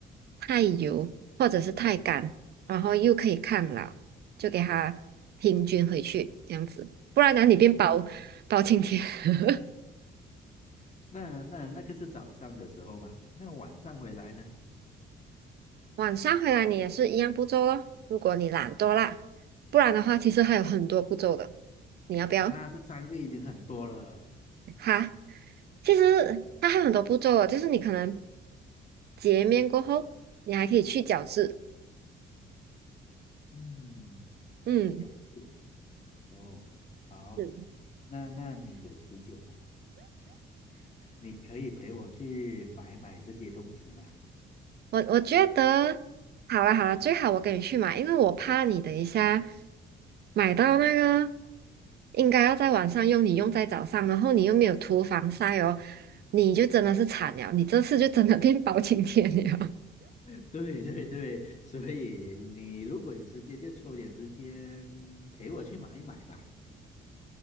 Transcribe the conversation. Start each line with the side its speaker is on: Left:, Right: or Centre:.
Right: 太油或者是太干，然后又可以抗老，就给它平均回去这样子，不然哪里变包包青天。<laughs>
Left: 那那那个是早上的时候嘛，那晚上回来呢？
Right: 晚上回来你也是一样步骤咯，如果你懒惰啦，不然的话其实还有很多步骤的，你要不要？
Left: 啊，这三个已经很多了。
Right: 哈，其实它还有很多步骤哦，就是你可能洁面过后，你还可以去角质。
Left: 嗯，
Right: 嗯
Left: 饺子哦，好，
Right: 是。
Left: 那那你有时间吗？你可以陪我去买买这些东西嘛？
Right: 我我觉得好了好了，最好我跟你去买，因为我怕你等一下买到那个应该要在晚上用，你用在早上，然后你又没有涂防晒哦，你就真的是惨了，你这次就真的变 <laughs> 包青天了。
Left: <laughs> 对对对，所以你如果有时间，就抽点时间陪我去买一买吧。